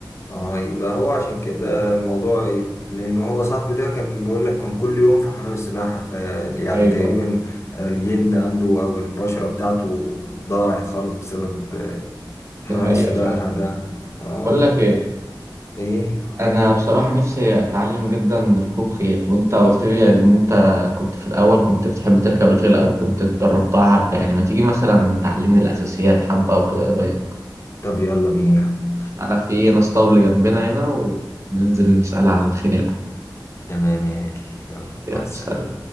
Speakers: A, on the left; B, on the right.
A: اه يبقى هو عشان كده الموضوع ي- لان هو صاحبي ده كان بيقول لك كان كل يوم في حمام السباحة ف يعني
B: أيوه
A: تقريبا الجلد عنده او البشرة بتاعته ضاعت خالص بسبب حمام
B: دي حقيقة
A: السباحة
B: فعلا
A: ده اه
B: بقول لك ايه
A: ايه
B: انا بصراحه نفسي اتعلم جدا ركوب خيل وانت قلت لي ان انت كنت في الاول كنت بتحب تركب الخيل او كنت اتدربتها حبه يعني ما تيجي مثلا تعلمني الاساسيات حبه وكده ايه رايك
A: طب يلا بينا
B: تعالى في ناس طبل جنبنا هنا وننزل نسال على الخيل هناك.
A: تمام يا غالي يلا
B: يلا
A: مع السلامة
B: سلام